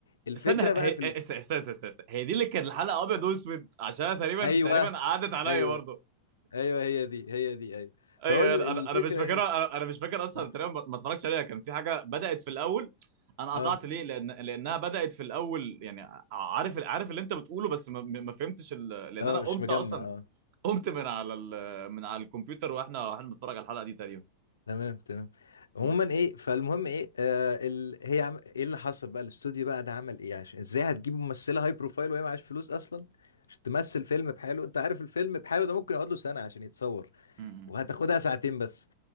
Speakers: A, on the left; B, on the right.
A: الفكرة
B: استنى هي
A: بقى في ال...
B: هي- است- است- است- است- است- هي دي اللي كانت الحلقه ابيض واسود عشان تقريبا
A: ايوه
B: تقريبا عادت عليا
A: ايوه
B: برضو
A: ايوه هي دي هي دي ايوه
B: ايوه
A: فهو ال-
B: انا
A: الفكرة
B: انا أنا مش فاكرها
A: ايه
B: انا أنا مش فاكر اصلا
A: اه
B: تقريبا ما ما اتفرجتش عليها كان في حاجه بدات في الاول انا
A: اه
B: قطعت ليه لان لانها بدات في الاول يعني ع- عارف عارف اللي انت بتقوله بس ما, ما فهمتش ال... لان
A: آه،
B: انا قمت
A: مش مجمع
B: اصلا
A: اه
B: قمت من على ال... من على الكمبيوتر واحنا واحنا بنتفرج على الحلقه دي تقريبا
A: تمام تمام عموما
B: م-
A: ايه فالمهم ايه آه ال... هي عم... ايه اللي حصل بقى الاستوديو بقى ده عمل ايه عشان ازاي هتجيب ممثلة هاي بروفايل وهي معاش فلوس اصلا عشان تمثل فيلم بحاله انت عارف الفيلم بحاله ده ممكن يقعد له سنة عشان يتصور
B: م- م.
A: وهتاخدها ساعتين بس